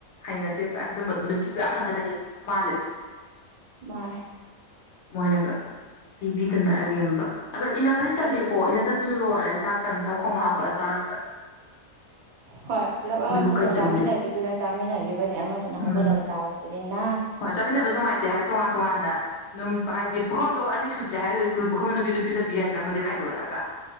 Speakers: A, on the left; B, on the right.
A: ꯍꯩꯅꯗꯦꯄꯥ ꯑꯗꯨꯝꯕꯗꯣ ꯅꯨꯄꯤꯕꯨ ꯌꯥꯝ ꯍꯟꯗꯅ ꯌꯦꯡꯕꯤ ꯃꯥꯂꯤꯞ
B: ꯃꯥ
A: ꯃꯣꯏꯅꯒ ꯄꯤꯕꯤꯗꯅ ꯑꯔꯦꯝꯕ ꯑꯗꯣ ꯏꯟꯅꯅꯕꯗꯤ ꯇꯜꯂꯤꯀꯣ
B: ꯑꯗꯨ
A: ꯍꯗꯁꯨ ꯂꯣꯏꯔꯦ ꯆꯥꯛꯀꯩꯟ ꯆꯥꯛꯈꯣꯝ ꯍꯥꯞꯄꯒ ꯆꯥꯔꯦ
B: ꯍꯣꯏ ꯄꯨꯂꯞ ꯑꯃ
A: ꯑꯗꯨꯕꯨ
B: ꯄꯨꯟꯅ
A: ꯀꯩꯗꯧꯔꯤꯒꯦ
B: ꯆꯥꯃꯤꯟꯅꯒꯤꯕꯗ ꯆꯥꯃꯤꯟꯅꯒꯤꯕꯅꯤ ꯑꯃꯗꯨꯅ
A: ꯎꯝ
B: ꯍꯧꯒꯠꯂꯒ ꯆꯥꯕꯗꯨꯅꯤꯅ
A: ꯍꯣꯏ ꯆꯥꯃꯤꯟꯅꯕ ꯅꯨꯡꯉꯥꯏꯇꯦ ꯍꯥꯏ ꯇꯣꯉꯥꯟ ꯇꯣꯉꯥꯟꯅ ꯑꯗꯨꯝ ꯍꯥꯏꯗꯤ ꯄꯨꯈꯐꯝꯗꯣ ꯑꯅꯤ ꯁꯨꯗ꯭ꯔꯦ ꯍꯥꯏꯔꯣ ꯏꯁꯜ ꯄꯨꯈꯐꯝꯗꯣ ꯅꯨꯄꯤ ꯑꯗꯨꯝ ꯄꯤꯖꯕꯤ ꯌꯥꯏꯗꯅ ꯑꯃꯗꯤ ꯈꯥꯏꯗꯣꯔꯛꯑꯒ